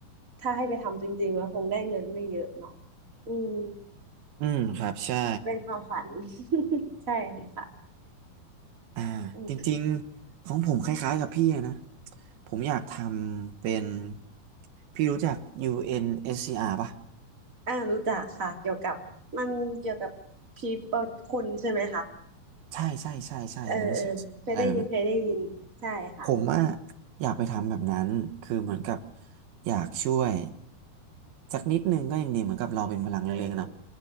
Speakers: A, on the right (about 20°); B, on the right (about 80°).
A: ถ้าให้ไปทำจริงๆแล้วคงได้เงินไม่เยอะเนาะอืม
B: อืมครับ ใช่
A: เป็นความฝัน <laughs> ใช่ค่ะ
B: อ่าจริงๆของผมคล้ายๆกับพี่เลยนะ
A: อืม
B: ผมอยากทำเป็น พี่รู้จัก UNSCR ป่ะ
A: อ่ารู้จักค่ะเกี่ยวกับมันเกี่ยวกับพีเปิลคนใช่ไหมคะ
B: ใช่ใช่ใช่ใช่ยูเอนเอสซีอาร์อะไรแบบเนี้ย
A: เออเออเคยได้ยินเคยได้ยินใช่ค่ะ
B: ผมอะอยากไปทำแบบนั้นคือเหมือนกับอยากช่วยสักนิดนึงก็ยังดีเหมือนกับเราเป็นพลังเล็กๆเนาะ
A: เออเออ